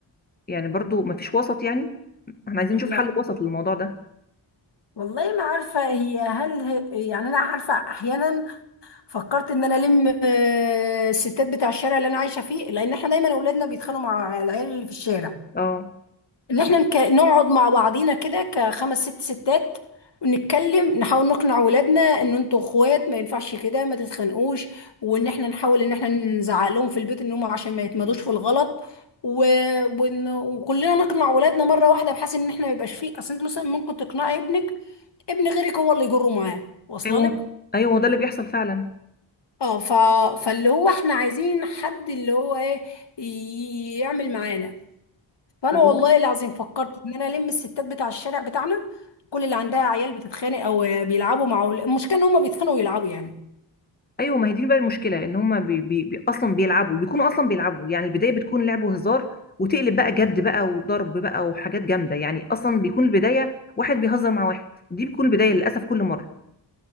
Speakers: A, on the left; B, on the left.
A: يعني برضو ما فيش وسط يعني احنا عايزين
B: لا
A: نشوف حل وسط للموضوع ده
B: والله ما عارفه هي هل هي يعني انا عارفه احيانا فكرت ان انا الم آه، الستات بتاع الشارع اللي انا عايشه فيه لان احنا دايما اولادنا بيتخانقوا مع العيال اللي في الشارع
A: اه
B: ان احنا نك... نقعد مع بعضينا كده كخمس ست ستات ونتكلم نحاول نقنع اولادنا ان انتوا اخوات ما ينفعش كده ما تتخانقوش وان احنا نحاول ان احنا نزعق لهم في البيت ان هم عشان ما يتمادوش في الغلط و... ون... وكلنا نقنع اولادنا مره واحده بحيث ان احنا ما يبقاش فيه اصل انت مثلا ممكن تقنعي ابنك ابن غيرك هو اللي يجره معاه واصله
A: ايوه
B: لك
A: ايوه ده اللي بيحصل فعلا
B: اه ف... فاللي هو احنا عايزين حد اللي هو ايه ي- يعمل معانا فانا
A: طب
B: والله العظيم فكرت ان انا الم الستات بتاع الشارع بتاعنا كل اللي عندها عيال بتتخانق او بيلعبوا مع أول- المشكله ان هم بيتخانقوا ويلعبوا يعني
A: ايوه ما هي دي بقى المشكله ان هما بي بي بي اصلا بيلعبوا بيكونوا اصلا بيلعبوا يعني البدايه بتكون لعب وهزار وتقلب بقى جد بقى وضرب بقى وحاجات جامده يعني اصلا بيكون البدايه واحد بيهزر مع واحد دي بتكون البدايه للاسف كل مره